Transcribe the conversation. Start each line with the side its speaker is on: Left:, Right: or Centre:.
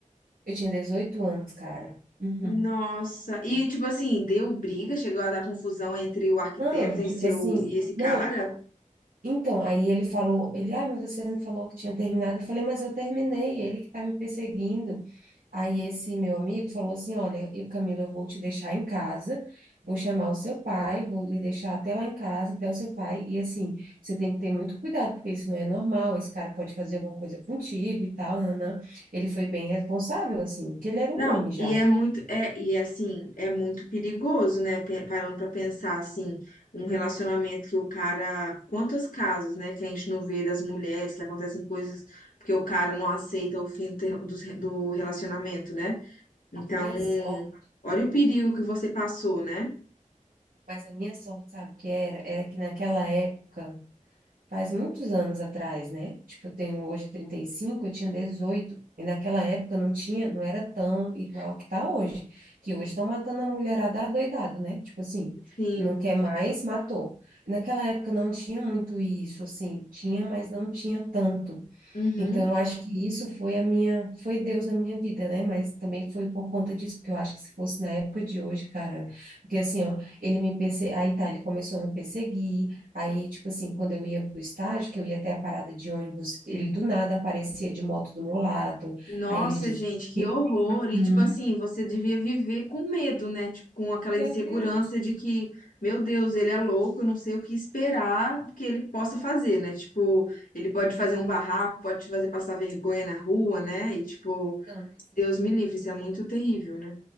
Right: Eu tinha 18 anos, cara. Uhum.
Left: Nossa, e
Right: 18
Left: tipo
Right: anos.
Left: assim, deu briga, chegou a dar confusão entre o arquiteto
Right: Não,
Left: e
Right: tipo
Left: seu
Right: assim,
Left: e esse cara?
Right: não, Então, aí ele falou, ele, ah, mas você não falou que tinha terminado. Eu falei, mas eu terminei, é ele que está me perseguindo. Aí esse meu amigo falou assim, olha, eu, Camila, eu vou te deixar em casa, vou chamar o seu pai, vou lhe deixar até lá em casa, até o seu pai. E assim, você tem que ter muito cuidado, porque isso não é normal, esse cara pode fazer alguma coisa contigo e tal, nanã. Ele foi bem responsável, assim, porque ele era um
Left: Não,
Right: homem já.
Left: e é
Right: né?
Left: muito, é, e é assim, é muito perigoso, né? Pe- Parando pra pensar assim, um relacionamento que o cara, quantos casos, né, que a gente não vê das mulheres que acontecem coisas porque o cara não aceita o fim do, ter- dos re- do relacionamento, né? Então,
Right: A minha sorte,
Left: olha o perigo que você passou, né?
Right: mas a minha sorte, sabe o que era? Era que naquela época faz muitos anos atrás, né? Tipo, eu tenho hoje 35, eu tinha dezoito E naquela época não tinha, não era tão igual que tá hoje. Que hoje estão matando a mulherada adoidado, né? Tipo assim,
Left: Sim.
Right: não quer mais, matou. E naquela época não tinha muito isso, assim, tinha, mas não tinha tanto.
Left: uhum.
Right: Então, eu acho que isso foi a minha, foi Deus na minha vida, né? Mas também foi por conta disso, porque eu acho que se fosse na época de hoje, cara, porque assim, ó, ele me perse... aí tá, ele começou a me perseguir, aí, tipo assim, quando eu ia pro estágio, que eu ia até a parada de ônibus, ele do nada aparecia de moto do meu lado,
Left: Nossa,
Right: aí ele dizia,
Left: gente, que horror! E
Right: Uhum.
Left: tipo assim, você devia viver com medo, né? Tipo, com aquela
Right: meu
Left: insegurança
Right: Deus,
Left: de que, meu Deus, ele é louco, eu não sei o que esperar que ele possa fazer, né? Tipo, ele pode fazer um barraco, pode te fazer passar vergonha na rua, né? E tipo,
Right: não, nesse
Left: Deus me
Right: dia mesmo.
Left: livre, isso é muito terrível, né?